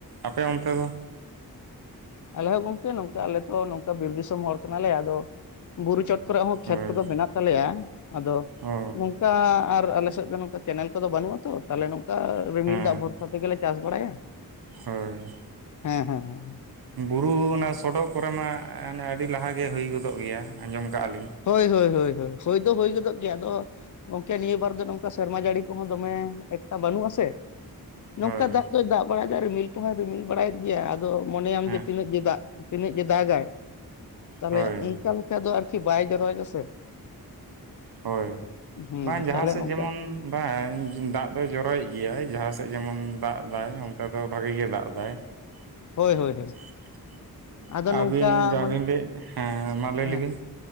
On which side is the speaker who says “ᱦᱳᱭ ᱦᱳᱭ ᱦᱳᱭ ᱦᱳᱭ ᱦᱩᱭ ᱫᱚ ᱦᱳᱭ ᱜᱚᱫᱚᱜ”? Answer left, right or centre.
Left